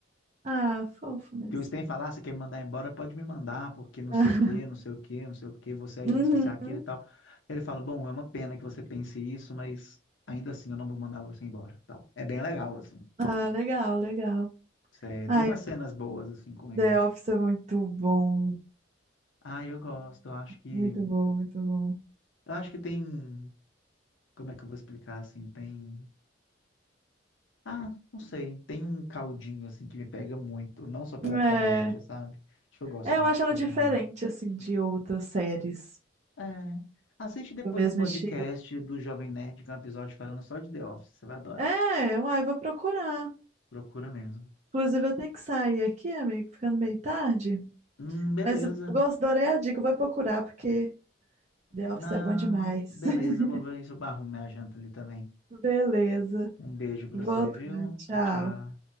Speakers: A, on the right; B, on the left.
A: Ah, fofo mesmo.
B: Que o Stan fala, ah, você quer me mandar embora? Pode me mandar, porque não
A: <laughs>
B: sei o quê, não sei o quê, não sei o quê, você é
A: Uhum.
B: isso, você é aquilo e tal. Ele fala, bom, é uma pena que você pense isso, mas ainda assim eu não vou mandar você embora, tal. É bem legal, assim.
A: Ah, legal, legal.
B: Cê-
A: Ai,
B: tem umas cenas boas, assim, com ele.
A: The Office é muito bom.
B: Ah, eu gosto, eu acho que...
A: Muito bom, muito bom.
B: Eu acho que tem... Como é que eu vou explicar, assim? Tem... Ah, não sei. Tem um caldinho, assim, que me pega muito. Não só pela
A: É,
B: comédia, sabe? Acho que eu gosto
A: é,
B: muito
A: eu acho
B: dos
A: ela
B: personagens.
A: diferente, assim, de outras séries
B: É. Assiste depois
A: do mesmo
B: um podcast
A: estilo.
B: do Jovem Nerd, que é um episódio falando só de The Office. Você vai adorar.
A: É, uai, vou procurar.
B: Procura mesmo.
A: Inclusive, eu tenho que sair aqui, amigo, ficando meio tarde.
B: Hum, beleza.
A: Mas eu gosto, adorei a dica, eu vou procurar, porque The
B: Na...
A: Office é bom demais.
B: Beleza,
A: <laughs>
B: eu vou ver se eu arrumo minha janta ali também.
A: Beleza.
B: Um beijo pra
A: Vou
B: você, viu?
A: lá, tchau.
B: Tchau, tchau.